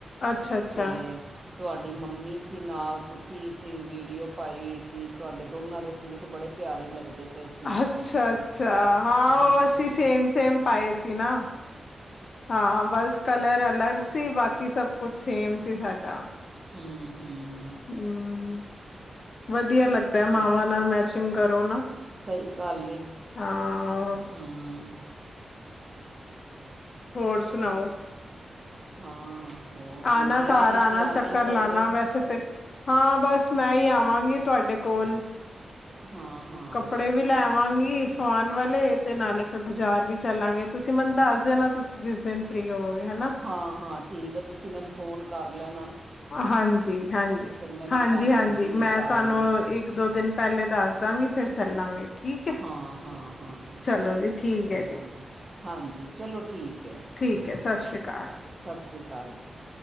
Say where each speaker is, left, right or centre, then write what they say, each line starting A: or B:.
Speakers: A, on the left; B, on the right.
A: ਅੱਛਾ -ਅੱਛਾ
B: ਤੇ ਤੁਹਾਡੀ ਮੰਮੀ ਸੀ ਨਾਲ ਤੁਸੀਂ ਸੀ ਵੀਡੀਓ ਪਾਈ ਹੋ ਸੀ ਤੁਹਾਡੇ ਦੋਨਾਂ ਦੇ ਸੂਟ ਬੜੇ ਪਿਆਰੇ ਲੱਗਦੇ ਪਏ ਸੀ
A: ਅੱਛਾ -ਅੱਛਾ ਹਾਂ ਉਹ
B: ਹੂੰ
A: ਅਸੀਂ ਸੇਮ ਸੇਮ ਪਾਏ ਨਾ ਹਾਂ ਬਸ ਕਲਰ ਅਲੱਗ ਸੀ ਬਾਕੀ ਸਭ ਕੁਛ ਸੇਮ ਸੀ ਸਾਡਾ
B: ਹਮ -ਹਮ
A: ਹਮ ਵਧ ਵਧੀਆ ਲੱਗਦਾ ਮਾਵਾਂ
B: ਤੇ
A: ਨਾਲ ਮੈਚਿੰਗ ਕਰੋ ਨਾ
B: ਸਹੀ ਗੱਲ ਏ
A: ਹਾਂ
B: ਹੂੰ
A: ਹੋਰ
B: ਚਲੋ
A: ਸੁਣਾਓ
B: ਹਾਂ ਹੋਰ
A: ਆਣਾ
B: ਹੁਣ ਵਿਆਹ
A: ਘਰ
B: ਦੀਆਂ
A: ਆਣਾ
B: ਤਿਆਰੀਆਂ
A: ਚੱਕਰ
B: ਕਰਦੇ
A: ਲਾਉਣਾ
B: ਹੋ
A: ਵੈਸੇ ਤੇ ਹਾਂ ਬਸ ਮੈਂ ਹੀ ਆਵਾਂਗੀ ਤੁਹਾਡੇ ਕੋਲ
B: ਹਾਂ ਹਾਂ
A: ਕੱਪੜੇ ਵੀ ਲੈਵਾਂਗੀ ਸਉਣ ਵਾਲੇ ਤੇ ਨਾਲੇ ਫਿਰ ਬਾਜ਼ਾਰ ਵੀ ਚੱਲਾਂਗੇ ਤੁਸੀਂ ਮੈਨੂੰ ਦੱਸ ਦਿ ਨਾ ਤੁਸੀਂ ਜਿਸ ਦਿਨ ਫ੍ਰਰੀ ਹੋਵੋਗੇ ਹਨਾ
B: ਹਾਂ -ਹਾਂ ਠੀਕ ਹੈ ਤੁਸੀਂ ਮੈਨੂੰ ਫੋਨ ਕਰ ਲੈ
A: ਹਾਂਜੀ -ਹਾਂਜੀ-
B: ਮੈਂ ਵੀ
A: ਹਾਂਜੀ-
B: ਕੰਮ
A: ਹਾਂਜੀ
B: ਜਲਦੀ ਨਿਪਟਾ
A: ਮੈਂ ਤੁਹਾਨੂੰ
B: ਲਾਂਗੀ
A: ਇੱਕ ਦੋ ਦਿਨ ਪਹਿਲੇ ਦੱਸ ਫੇਰ ਚੱਲਾਂਗੇ ਠੀਕ ਹੈ
B: ਹਾਂ -ਹਾਂ- ਹਾਂ
A: ਚਲੋ ਜੀ ਠੀਕ
B: ਚੱਲਾਂਗੇ
A: ਹੈ ਜੀ
B: ਹਾਂਜੀ ਚਲੋ ਠੀਕ ਹੈ
A: ਠੀਕ ਹੈ ਸਤਿ
B: ਹਾਂਜੀ
A: ਸ਼੍ਰੀ ਅਕਾਲ
B: ਸਤਿ ਸ਼੍ਰੀ ਅਕਾਲ ਜੀ